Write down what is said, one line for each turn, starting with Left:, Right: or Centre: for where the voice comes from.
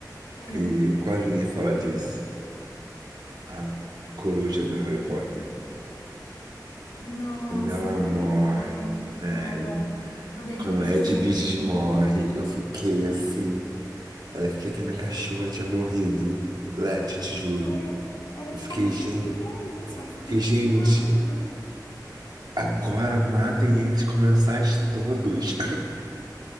Left: Tem.
Right: E quase ninguém fala disso. A coruja do Harry Potter.
Left: Nossa,
Right: Quando ela
Left: é verdade,
Right: morre,
Left: cara.
Right: velho.
Left: Quando Ed
Right: Quando
Left: Vigis
Right: a Edwiges
Left: morreu,
Right: morre, eu fiquei assim. Parecia que a minha cachorra tinha morrido. Led, te juro.
Left: é, era
Right: Eu
Left: tipo
Right: fiquei,
Left: a cachorrinha
Right: gente.
Left: do Harry, né? Só que
Right: Fiquei,
Left: que
Right: gente.
Left: tinha asa.
Right: Agora matem eles comensais todos.